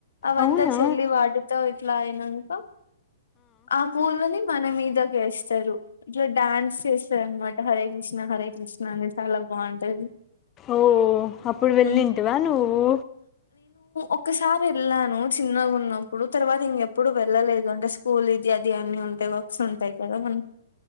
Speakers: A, on the left (about 80°); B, on the left (about 25°).
A: అవంతా
B: అవునా?
A: చల్లి వాటితో ఇట్లా అయినంక ఆ పూలని మన మీదకెస్తరు ఇట్లా డ్యాన్స్ చేస్తారు అనమాట హరే కృష్ణ హరే కృష్ణ అని చాలా బాగుంటది
B: ఓహ్! అప్పుడు వెళ్ళిండు
A: ఉమ్
B: రా నువ్వు
A: ఒకసారి వెళ్ళాను చిన్నగున్నప్పుడు తర్వాత ఇంకెప్పుడు వెళ్ళలేదు అంటే స్కూల్ ఇది అది అన్నీ ఉంటాయి వర్క్స్ ఉంటాయి కదా మనం